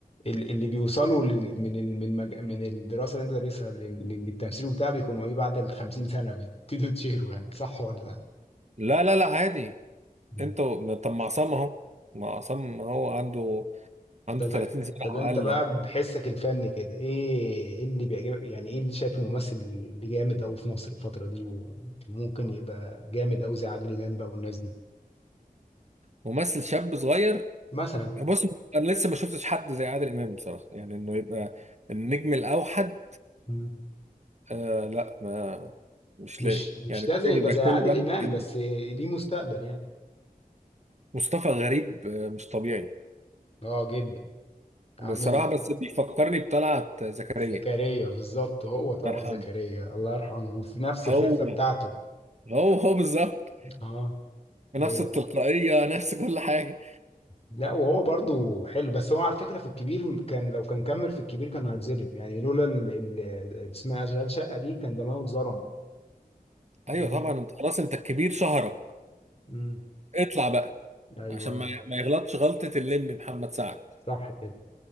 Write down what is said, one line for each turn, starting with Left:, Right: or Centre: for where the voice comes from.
Left: ال- اللي بيوصلوا لل- من ال- من المج... من الدراسه اللي انت دارسها لل- لل- للتمثيل وبتاع بيكونوا ايه بعد ال 50 سنه بيبتدوا يتشهروا يعني صح ولا
Right: لا لا لا عادي
Left: مم.
Right: انت و- طب ما عصام اهو ما عصام هو عنده عنده
Left: طب
Right: 30 سنه
Left: طب انت
Right: او اقل
Left: بقى
Right: اهو
Left: بحسك الفني كده ايه ايه اللي بيعجبك يعني ايه اللي شايف الممثل اللي جامد قوي في مصر الفتره دي وممكن يبقى جامد قوي زي عادل امام بقى والناس دي
Right: ممثل شاب صغير
Left: مثلا
Right: بص انا لسه ما شفتش حد زي عادل امام بصراحه يعني انه يبقى النجم الاوحد
Left: مم.
Right: آه لا ما مش
Left: مش
Right: لاقي
Left: مش
Right: يعني لازم
Left: لازم يبقى
Right: يبقى
Left: زي
Right: كل
Left: عادل امام
Right: بند
Left: بس ليه مستقبل يعني
Right: مصطفى غريب آه مش طبيعي
Left: اه جدا عامل
Right: بصراحه بس بيفكرني بطلعت زكريا
Left: زكريا
Right: الله
Left: بالظبط هو طلعت
Right: يرحمه
Left: زكريا الله يرحمه وفي نفس
Right: هو
Left: الخفة بتاعته
Right: هو هو بالظبط
Left: اه
Right: نفس
Left: هو
Right: التلقائيه نفس كل حاجه
Left: لا وهو برضو حلو بس هو على فكرة في الكبير كان لو كان كمل في الكبير كان هيتظلم يعني لولا ال- ال- ال- اسمها أشغال شقة دي كان زمانه اتظلم
Right: ايوه
Left: لأن
Right: طبعا انت خلاص انت الكبير شهرك
Left: مم.
Right: اطلع بقى
Left: أيوه
Right: عشان ما ما يغلطش غلطه الليمبي محمد سعد
Left: صح كده